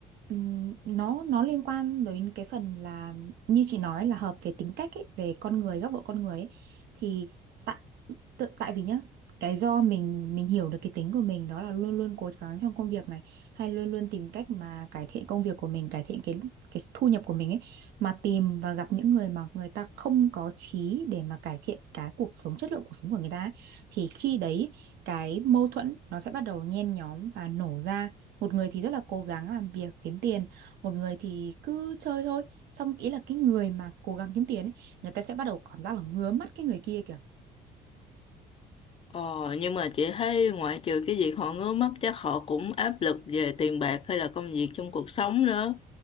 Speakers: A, on the right (about 75°); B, on the left (about 35°).
A: ừm, nó nó liên quan đến cái phần là như chị nói là hợp về tính cách ấy, về con người góc độ con người ấy. thì tại tự- tại vì nhá cái do mình mình hiểu được cái tính của mình đó là luôn luôn cố gắng trong công việc này hay luôn luôn tìm cách mà cải thiện công việc của mình cải thiện cái cái thu nhập của mình ấy mà tìm và gặp những người mà người ta không có chí để mà cải thiện cái cuộc sống chất lượng cuộc sống của người ta ấy, thì khi đấy cái mâu thuẫn nó sẽ bắt đầu nhen nhóm và nổ ra một người thì rất là cố gắng làm việc kiếm tiền một người thì cứ chơi thôi xong ý là cái người mà cố gắng kiếm tiền ấy, người ta sẽ bắt đầu cảm giác là ngứa mắt cái người kia kìa
B: Ờ, nhưng mà chị thấy ngoại trừ cái việc họ ngứa mắt chắc họ cũng áp lực về tiền bạc hay là công việc trong cuộc sống nữa.